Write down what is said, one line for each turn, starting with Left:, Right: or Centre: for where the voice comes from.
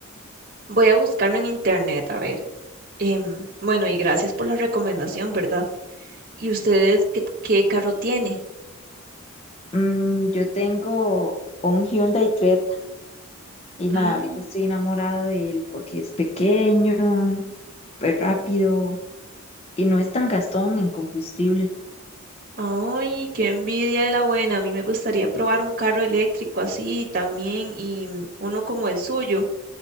Right: Voy a buscarlo en internet, a ver. Em, bueno, y gracias por la recomendación, ¿verdad? ¿Y ustedes qué, qué carro tiene?
Left: Mm, yo tengo un Hyundai Creta y ma,
Right: Ah,
Left: ahorita estoy enamorada de él porque es pequeño, es rápido y no es tan gastón en combustible.
Right: ay, qué envidia de la buena. A mí me gustaría probar un carro eléctrico así también y mm, uno como el suyo,